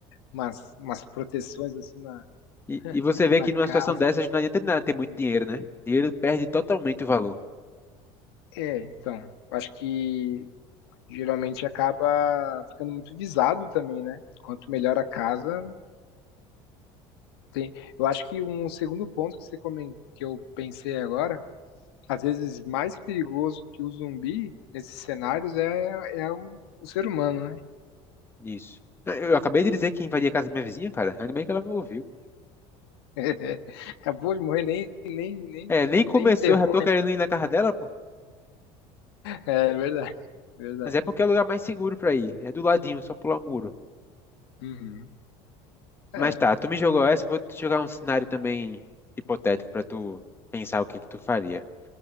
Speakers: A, on the left; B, on the left.
A: umas, umas proteções assim na,
B: E, e você vê
A: na
B: que
A: casa.
B: numa situação dessas não adianta de nada ter muito dinheiro, né? Dinheiro perde totalmente o valor
A: É, então, acho que geralmente acaba ficando muito visado também, né? Quanto melhor a casa, tem. Eu acho que um segundo ponto que você comentou, que eu pensei agora, às vezes mais perigoso que o zumbi nesses cenários é, é o, o ser humano, né?
B: nisso. Eu acabei de dizer que invadi a casa da minha vizinha, cara. Ainda bem que ela não ouviu.
A: <laughs> Acabou de morrer, nem, nem, nem,
B: É, nem começou,
A: nem enterrou,
B: já tô
A: hein?
B: querendo ir na casa dela, pô.
A: É verdade, verdade.
B: Mas é porque é o lugar mais seguro pra ir. É do ladinho, só pular o muro.
A: Uhum.
B: Mas
A: É,
B: tá, tu me jogou essa, eu vou te jogar um cenário também hipotético pra tu pensar o que que tu faria.